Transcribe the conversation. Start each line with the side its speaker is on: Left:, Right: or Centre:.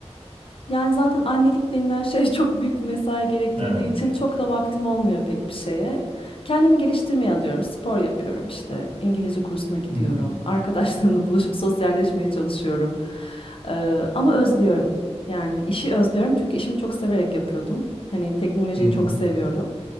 Left: e, yani zaten annelik denilen şey <laughs> çok büyük bir mesai gerektirdiği
Right: Evet.
Left: için çok da vaktim olmuyor pek bir şeye. Kendimi geliştirmeye adıyorum. Spor yapıyorum işte. İngilizce kursuna gidiyorum.
Right: Hı hı.
Left: <laughs> Arkadaşlarımla buluşup sosyalleşmeye çalışıyorum. Ee, ama özlüyorum. Yani işi özlüyorum çünkü işimi çok severek yapıyordum. Hani teknolojiyi
Right: Hı hı.
Left: çok seviyorum.